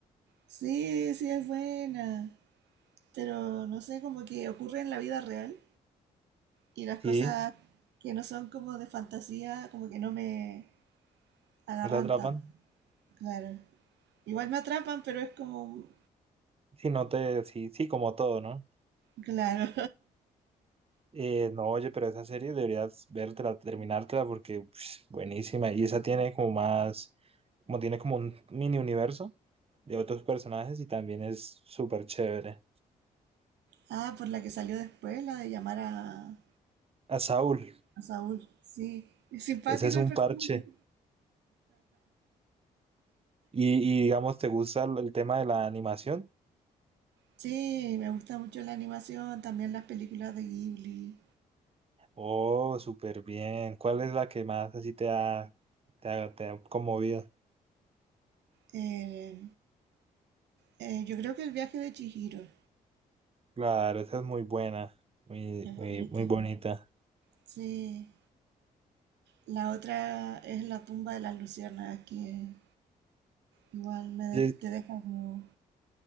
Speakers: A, on the right (about 75°); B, on the right (about 35°).
A: Sí, sí es buena, pero no sé, como que ocurre en la vida real y las
B: ¿sí?
A: cosas que no son como de fantasía, como que no me agarran
B: ¿No te atrapan?
A: tanto. Claro. Igual me atrapan, pero es como...
B: Sí, no te, sí, sí, como todo, ¿no?
A: Claro.
B: Eh, no, oye, pero esa serie deberías vértela, terminártela, porque pf, buenísima, y esa tiene como más, como tiene como un mini universo. de otros personajes y también es súper chévere.
A: Ah, por la que salió después, la de llamar a,
B: A Saúl,
A: a Saúl. Sí, es simpático
B: ese es un
A: el personaje.
B: parche. Y, y, digamos, ¿te gusta el el tema de la animación?
A: Sí, me gusta mucho la animación, también las películas de Ghibli.
B: Oh, súper bien. ¿Cuál es la que más así te ha, te ha, te ha conmovido?
A: Eh, eh, yo creo que el viaje de Chihiro
B: Claro, esa es muy buena, muy,
A: es bonita.
B: muy, muy bonita.
A: Sí, la otra es la tumba de las luciérnagas, que igual me de-
B: Oye,
A: te deja como